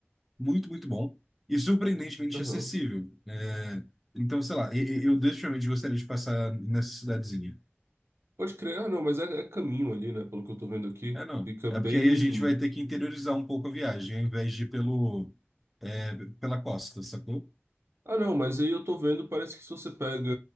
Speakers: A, in the centre; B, on the right (about 65°).
A: muito muito bom e surpreendentemente
B: Aham.
A: acessível. É, então, sei lá, e- eu definitivamente gostaria de passar nessa cidadezinha.
B: Pode crer. Ah, não, mas é, é caminho ali, né? Pelo que eu tô vendo aqui.
A: É não.
B: Fica
A: É
B: bem.
A: porque aí a gente vai ter que interiorizar um pouco a viagem, ao invés de ir pelo, é, pela costa, sacou?
B: Ah, não, mas aí eu tô vendo, parece que se você pega.